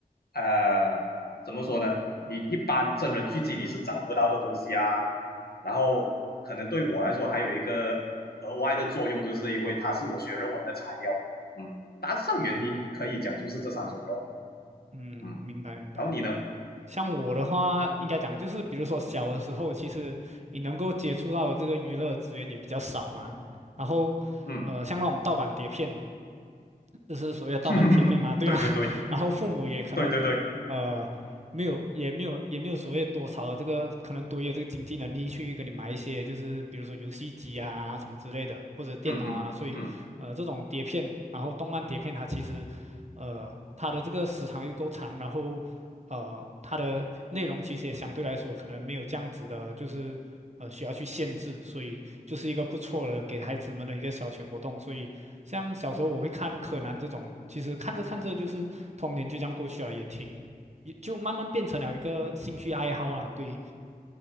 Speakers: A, on the left; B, on the right.
A: 呃怎么说呢？你一般真人剧集你是找不到的东西啊。然后可能对我来说还有一个额外的作用，就是因为它是我学论文的材料。嗯，大致上原因可以讲就是这三种咯。
B: 嗯，
A: 嗯，
B: 明白明白。
A: 然后你呢？
B: 像我的话，应该讲就是，比如说小的时候，其实你能够接触到的这个娱乐资源也比较少嘛。然后，
A: 嗯，
B: 呃，像那种盗版碟片，就是所谓的盗版贴片嘛，
A: <laughs>
B: 对吗？
A: 对对对
B: <laughs> 然后父母也可能。
A: 对对对，
B: 呃。没有，也没有，也没有所谓多少的这个，可能多有这个经济能力去给你买一些，就是比如说游戏机啊什么之类的，或者电脑啊。
A: 嗯嗯嗯
B: 所以，呃，这种碟片，然后动漫碟片，它其实，呃，它的这个时长又够长，然后，呃，它的内容其实也相对来说可能没有这样子的，就是呃需要去限制，所以就是一个不错的给孩子们的一个消遣活动。所以，像小时候我会看柯南这种，其实看着看着就是童年就这样过去了，也挺。也就慢慢变成了一个兴趣爱好啊。对，